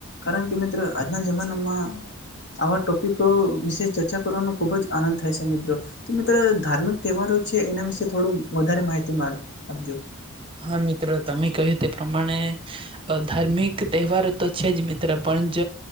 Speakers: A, on the left; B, on the right.
A: કારણ કે મિત્ર આજના જમાનામાં આવા ટોપિકો વિશે ચર્ચા કરવાનો ખૂબ જ થાય છે મિત્ર. તો મિત્રો ધાર્મિક તહેવારો છે એના વિશે થોડું વધારે માહિતી માર આપજો.
B: હા મિત્ર તમે કહ્યું તે પ્રમાણે અહ ધાર્મિક તહેવારો તો છે જ મિત્ર પણ જ